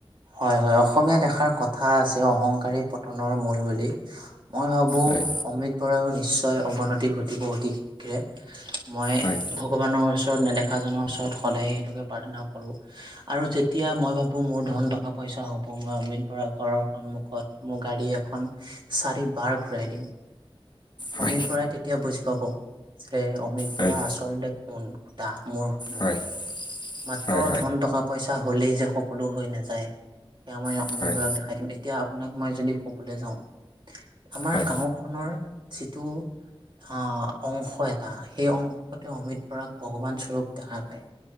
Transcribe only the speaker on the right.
হয়, হয় অসমীয়া দেখাৰ কথা আছে অহংকাৰী পতনৰ মূল বুলি। মই ভাবো
অমিত বৰাো নিশ্চয় অৱনতি ঘটিব অতি শীঘ্ৰে। মই
ভগৱানৰ ওচৰত নেদেখাজনৰ ওচৰত সদায় সেইটোকে প্ৰাৰ্থনা কৰোঁ। আৰু যেতিয়া মই ভাবো মোৰ ধন টকা। টকা পইচা হ'ব মই অমৃত বৰা ঘৰৰ সন্মুখত মোৰ গাড়ী এখন। চাৰি বাৰ ঘূৰাই দিম।
অমিত বৰাই তেতিয়া বুজি পাব যে অমিত
বৰা আচলতে কোন কুটা মোৰ সন্মুখত
মাত্ৰ
ধন টকা। পইচা হ'লেই যে সকলো হৈ নাযায়। সেইয়া মই অমিত
বৰাক দেখাই দিম এতিয়া আপোনাক মই যদি কবলৈ যাওঁ আমাৰ
গাঁও। খনৰ যিটো। আহ, অংশ এটা সেই অংশতে অমিত বৰাক ভগৱান স্বৰূপ দেখা পায়।